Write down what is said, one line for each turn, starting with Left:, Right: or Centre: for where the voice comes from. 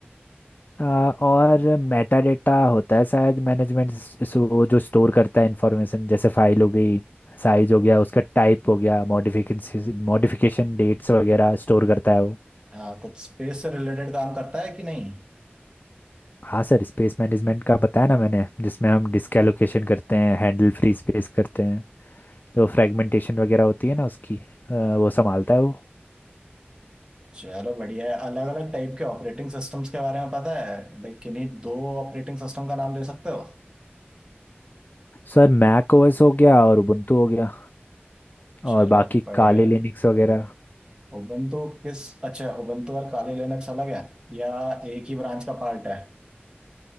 Left: अ, और मेटा डेटा होता है शायद मैनेजमेंट वो जो स्टोर करता है इंफॉर्मेशन जैसे फाइल हो गई साइज हो गया उसका टाइप हो गया मॉडिफिकेशन मॉडिफिकेशन डेट्स वगैरह स्टोर करता है वो
Right: हाँ कुछ स्पेस से रिलेटेड काम करता है कि नहीं
Left: हाँ सर स्पेस मैनेजमेंट का बताया ना मैंने जिसमें हम डिस्क एलोकेशन करते हैं हैंडल फ्री स्पेस करते हैं जो फ्रेगमेंटेशन वगैरह होती है ना उसकी अ,
Right: हाँ,
Left: वो संभालता है वो
Right: चलो बढ़िया है अलग अलग टाइप के ऑपरेटिंग सिस्टम्स के बारे में पता है लाइक किन्हीं दो ऑपरेटिंग सिस्टम का नाम दे सकते हो
Left: सर मैक ओएस हो गया और उबुंटू हो गया
Right: चलो
Left: और बाकी
Right: बढ़िया
Left: काले लिनक्स वगैरह
Right: उबंटू किस अच्छा उबंटू और काली लिनक्स अलग है या एक ही ब्रांच का पार्ट है